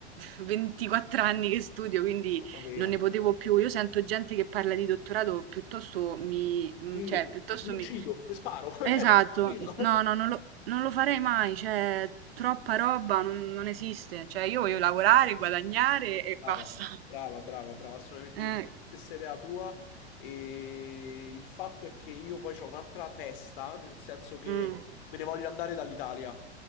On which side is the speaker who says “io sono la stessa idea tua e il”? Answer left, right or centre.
Left